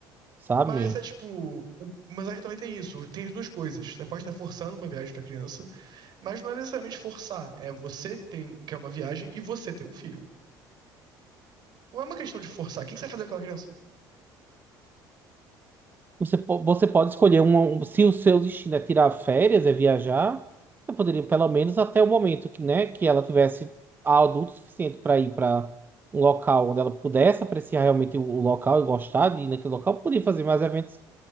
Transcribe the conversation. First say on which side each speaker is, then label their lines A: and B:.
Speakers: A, on the right; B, on the right.
A: sabe?
B: mas é tipo. o- mas é que também tem isso, tem as duas coisas. Você pode estar forçando uma viagem pra criança, mas não é necessariamente forçar. É você que tem, quer uma viagem e você tem um filho. Não é uma questão de forçar. O que que você vai fazer com aquela criança?
A: Você, po- você pode escolher uma, um- se o seu destino é tirar férias, é viajar, você poderia pelo menos até o momento que, né, que ela tivesse adulto suficiente pra ir pra um local onde ela pudesse apreciar realmente o, o local e gostar de ir naquele local, poderia fazer mais eventos